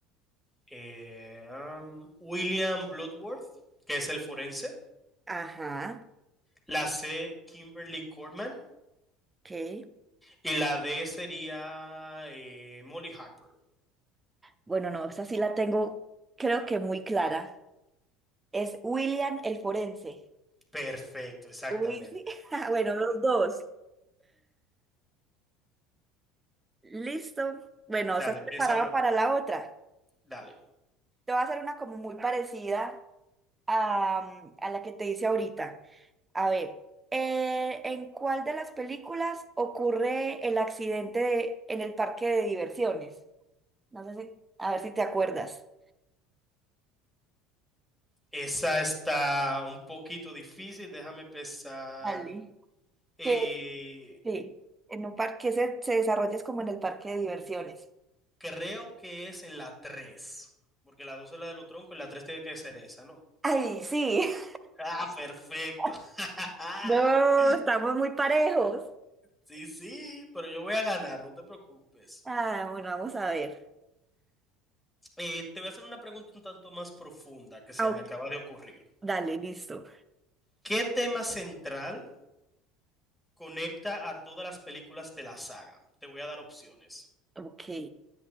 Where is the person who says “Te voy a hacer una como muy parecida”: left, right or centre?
Right